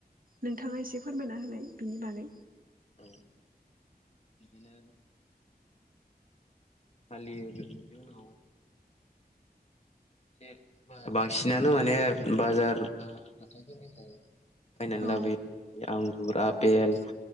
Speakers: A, on the right; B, on the left.
A: नोंथाङा एसे फोरमायना होलाय बिनि बागै
B: औ बिदिनो थालिर आ ए बांसिनानो माने बाजार हाथाइफोरनिफ्राय बायनानै
A: औ
B: लाबोयो आंगुर आफपेल